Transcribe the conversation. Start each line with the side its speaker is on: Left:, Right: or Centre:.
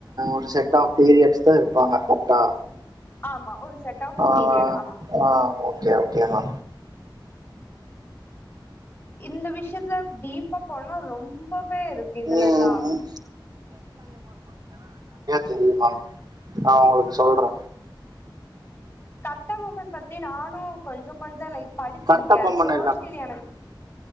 Right: இது செட்டாக் த்ரீ இயர்ஸ் தா இருப்பாங்க கரெக்டா
Left: ஆமா ஒரு set of
Right: ah
Left: period
Right: ah
Left: ஆமா
Right: ஆஹ் ஓகே ஓகேங்க
Left: இந்த விஷ் விஷயத்துல டீப்பா போனா ரொம்பவே இருக்கு இதுலல்லா
Right: ம் ம். செரி மேம் நா உங்களுக்கு சொல்றே
Left: கட்டபொம்மன் பத் த்தி நானு கொஞ்சோ கொஞ்சோ லைட்டா படிச்சிருக்கே
Right: கட்டபொம்மன்
Left: சோசியல் எனக்